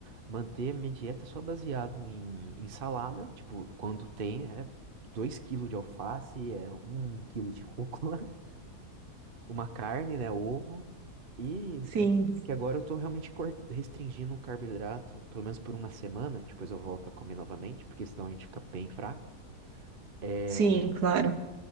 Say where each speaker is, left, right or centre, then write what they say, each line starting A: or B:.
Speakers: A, on the right; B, on the right.
A: manter minha dieta só baseado em, em salada, tipo, quando tem é 2 quilos de alface, é um quilo de rúcula, uma carne, né? Ovo. E
B: sim,
A: é que, é que agora eu tô realmente cor- restringindo o carboidrato, pelo menos por uma semana. Depois eu volto a comer novamente, porque senão a gente fica bem fraco. É,
B: sim, claro.